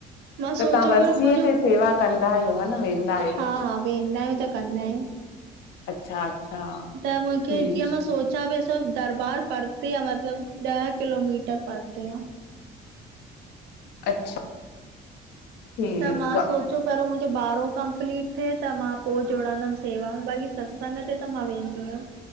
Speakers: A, on the right; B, on the left.
A: मां
B: त
A: सोचियो
B: तव्हां वरसीअ
A: पयो मुंहिंजो,
B: ते सेवा कंदा आहियो हा न वेंदा आहियो
A: हा हा, वेंदा आहियूं त कंदा आहियूं।
B: अच्छा अच्छा।
A: त मूंखे
B: ठीक
A: जीअं मां सोच अच्छा <unintelligible> भ हे सभु दरबार पड़़ते आ मतलब ॾह किलोमीटर पड़ते आ।
B: अच्छा ठीक
A: त मां
B: आ।
A: सोच छो पहिरों मुंहिंजो ॿारहों कंप्लीट थिए त मां पोइ जोड़ंदमि सेवाऊ बाक़ी सत्संग ते त मां वेंदी हुयमि।